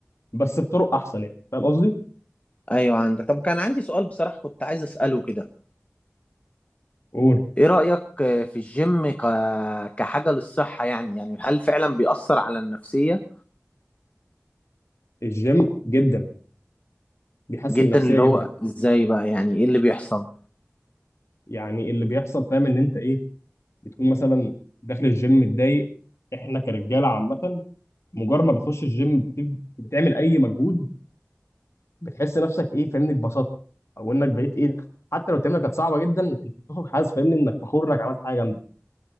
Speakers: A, on the left; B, on the left.
A: بس بطرق احسن يعني فاهم قصدي؟
B: ايوه عندك طب كان عندي سؤال بصراحه كنت عايز اساله كده
A: قول
B: ايه رايك في الجيم ك... كحاجه للصحه يعني يعني هل فعلا بيأثر على النفسيه
A: الجيم جدا بيحسن
B: جدا
A: النفسيه
B: اللي
A: جدا
B: هو ازاي بقى يعني ايه اللي بيحصل
A: يعني اللي بيحصل فاهم ان انت ايه بتكون مثلا داخل الجيم متضايق احنا كرجاله عامه مجرد ما بتخش الجيم بت- بتعمل اي مجهود بتحس نفسك ايه فاهمني اتبسطت او انك بقيت ايه حتى لو التمرينه كانت صعبه جدا انت بتخرج حاسس فاهمني انك فخور انك عملت حاجه جامده